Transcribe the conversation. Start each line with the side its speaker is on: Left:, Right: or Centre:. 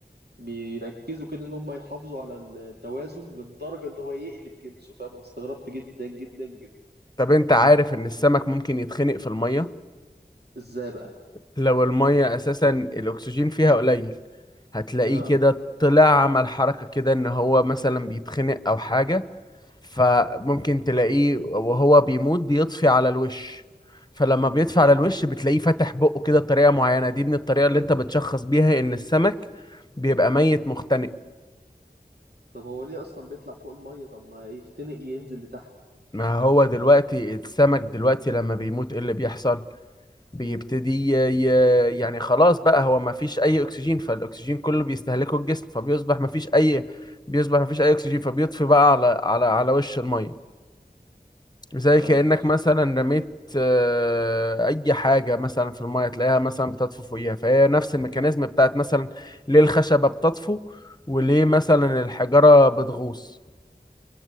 Right: بيركزوا كده إن هم يحافظوا على التوازن للدرجة إن هو يقلب جنسه فاهم أنا استغربت جدا جدا جدا
Left: طب انت عارف ان السمك ممكن يتخنق في المية
Right: إزاي بقى؟
Left: لو المية اساسا الاكسجين فيها قليل هتلاقيه
Right: آه
Left: كده طلع عمل حركة كده ان هو مثلا بيتخنق او حاجة فممكن تلاقيه وهو بيموت بيطفي على الوش فلما بيطفي على الوش بتلاقيه فاتح بقه كده بطريقة معينة دي من الطريقة اللي انت بتشخص بيها ان السمك بيبقى ميت مختنق
Right: طب هو ليه أصلا بيطلع فوق المية طب ما يختنق ينزل لتحت
Left: ما هو دلوقتي السمك دلوقتي لما بيموت ايه اللي بيحصل بيبتدي
Right: امم
Left: ي... ي- يعني خلاص بقى هو ما فيش اي اكسجين فالاكسجين كله بيستهلكه الجسم فبيصبح ما فيش اي بيصبح ما فيش اي اكسجين فبيطفي بقى على على على وش المية زي
Right: آه
Left: كأنك مثلا رميت آه، أي حاجة مثلا في المية تلاقيها مثلا بتطفو فوقيها فهي نفس الميكانيزم بتاعت مثلا ليه الخشبة بتطفو وليه مثلا الحجارة بتغوص